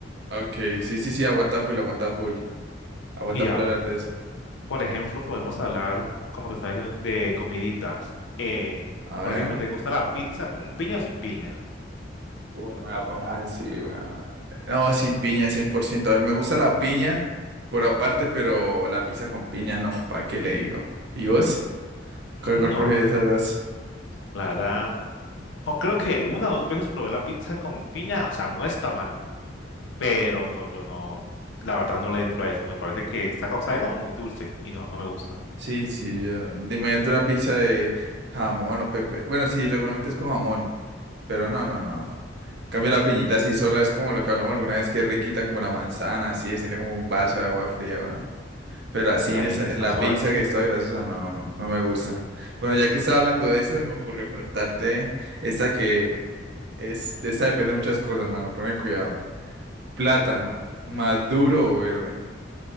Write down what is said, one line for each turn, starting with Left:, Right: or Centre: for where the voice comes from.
Right: Ok, sí, sí, sí, aguanta full, aguanta full. Aguanta
Left: Y ya,
Right: full hablar de eso.
Left: por ejemplo, podemos hablar, como te estaba diciendo, de comidita. Eh,
Right: A
Left: por
Right: ver.
Left: ejemplo, ¿te gusta la pizza con piña o sin piña?
Right: Uy, no me la pongas así, weón. No, sin piña, cien por ciento A ver, me gusta la piña por aparte, pero la pizza con piña no, ¿para qué le digo? ¿Y vos?
Left: No,
Right: ¿Cuál, cuál prefieres de esas dos?
Left: la verdad. No, creo que una o dos veces probé la pizza con piña, o sea, no está mal, pero no, yo no, la verdad no le entro a eso, me parece que está, co- sabe como muy dulce y no, no me gusta.
Right: Sí, sí, yo. Imagínate una pizza de jamón o pepe. Bueno, sí, regularmente es con jamón, pero no, no, no. En Cambio la piñita así sola, es como lo que hablamos alguna vez, que es riquita como la manzana, así, se siente como un vaso de agua fría. Pero así
Left: Sí, ahí
Right: en esa,
Left: está
Right: en la
Left: suave.
Right: pizza que es toda grasosa, no, no, no me gusta. Bueno, ya que estaba hablando de eso, se me ocurrió preguntarte esta que es, de esta depende de muchas cosas, mano, pone cuidado. Plátano, ¿maduro o verde?